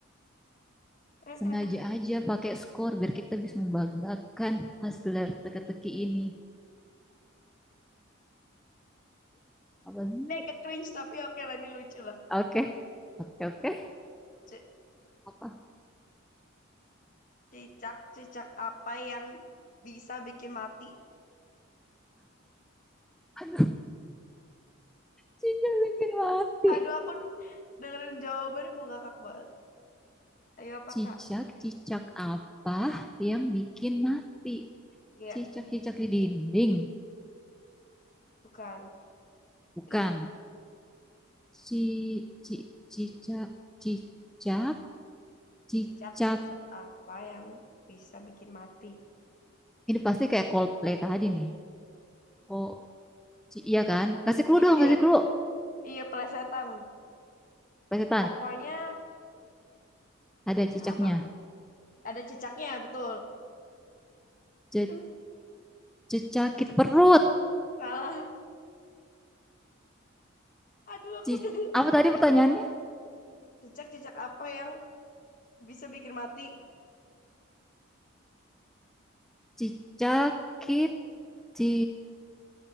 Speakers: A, on the left (about 40°); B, in the centre.
A: Eh,
B: Sengaja
A: eh, eh.
B: aja pakai skor biar kita bisa membanggakan hasil dari teka-teki ini. Apa sih?
A: Ini agak cringe tapi oke lah ini lucu lah.
B: Oke, oke, oke.
A: C-
B: Apa?
A: Cicak-cicak apa yang bisa bikin mati?
B: Aduh, cicak bikin mati.
A: Aduh aku d- dengerin jawabannya mau ngakak banget. Ayo apa
B: Cicak,
A: kak?
B: cicak apa yang bikin mati?
A: Iya,
B: Cicak-cicak di dinding?
A: bukan.
B: Bukan.
A: <laughs>
B: ci ci cicak cicak cicaka
A: Cicak-cicak apa yang bisa bikin mati?
B: ini pasti kayak Coldplay tadi nih oh iya kan kasih clue
A: <laughs>
B: dong
A: Iya,
B: kasih clue
A: iya pelesetan.
B: Pak
A: Pokoknya
B: ada
A: cluenya
B: cicaknya
A: apa? Ada cicaknya, betul.
B: Ce,
A: <laughs>
B: cicakit perut
A: Salah. Aduh aku
B: ci,
A: denger
B: apa
A: aku
B: tadi
A: jawabannya.
B: pertanyaannya
A: Cicak-cicak apa yang bisa bikin mati?
B: cicakit ci